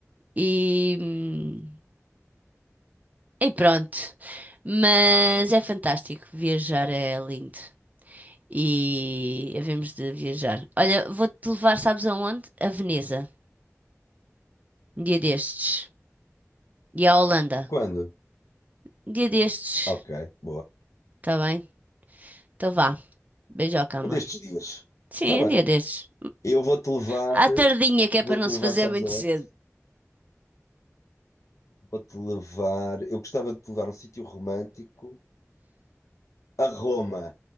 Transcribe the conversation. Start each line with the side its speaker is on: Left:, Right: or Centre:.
Right: E. hum, E pronto. Mas é fantástico. Viajar é lindo. E havemos de viajar. Olha, vou-te levar, sabes aonde? A Veneza. Um dia destes. E à Holanda.
Left: Quando?
Right: Um dia destes.
Left: Ok, boa.
Right: Tá bem? Então vá. Beijoca, amor.
Left: Um destes dias.
Right: Sim,
Left: Está bem.
Right: um dia destes.
Left: Eu vou-te levar,
Right: À tardinha, que
Left: vou-te
Right: é para não se
Left: levar,
Right: fazer
Left: sabes
Right: muito
Left: aonde?
Right: cedo.
Left: Vou-te levar. Eu gostava de te levar a um sítio romântico, a Roma.